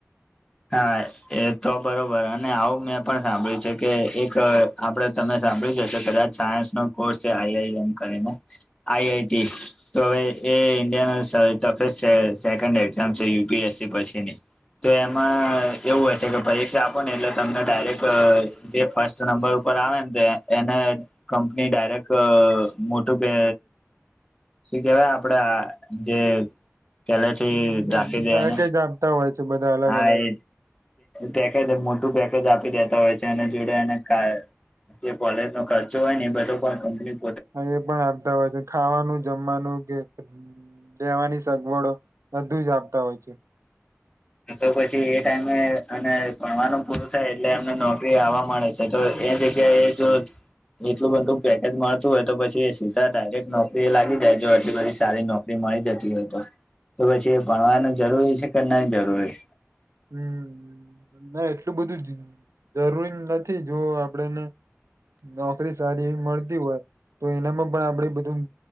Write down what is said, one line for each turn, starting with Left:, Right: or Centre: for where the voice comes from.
Left: હા એ તો બરોબર અને આવું મેં પણ સાંભળ્યું છે કે એક આપડે તમે સાંભળ્યું છે કદાચ સાયસ ન કોર્સ છે આઈ આઈ એમ કરીને આઈ આઈ ટી તો હવે એ ઇન્ડિયા નો સા <unintelligible> સેકન્ડ એક્ઝામ છે યુ પી એસ સી પછીની તો એમ એમાં એવું હોય છે કે પરીક્ષા આપો ને એટલે તમને ડાયરેક્ટ જે ફર્સ્ટ નંબર ઉપર આવે ને તે એને કંપની ડાયરેક્ટ મોટું કે એ કેવાય આપડ આ જે પેલે થી
Right: એક
Left: રાખી જે એનો
Right: જ આપતા હોય છે બધા અલગ
Left: હા
Right: અલગ
Left: એજ પેકેજ કે મોટું પેકે તોજ આપી દેતા હોય છે અને જોડે અને કા જે કોલેજ નો ખર્ચો હોય ને એ બધો પણ કમ્પ્લીટ
Right: હ એ પણ આપતા હોય છે ખાવાનું જમવાનું કે દેવાની સગવડો બધું જ આપતા હોય છે.
Left: તો પછી એ ટાઈમે અને ભણવાનું પૂરું થાય એટલે એમને નોકરી આવવા મળે છે તો એ જેગ્યા એ જો એટલું બધું પેકેજ મળતું હોય તો પછી એ સીતા ડાયરેક્ટ નોકરી એ લાગી જાય જો એટલી પછી સારી નોકરી મળી જતી હોય તો પછી એ ભણવાનું જરૂરી છે કે નહી જરૂરી
Right: હમ્મ. ના એટલું બધું જરૂરી નથી જો આપડેને નોકરી સારી મળતી હોય તો એનામાં પણ આપડ બધું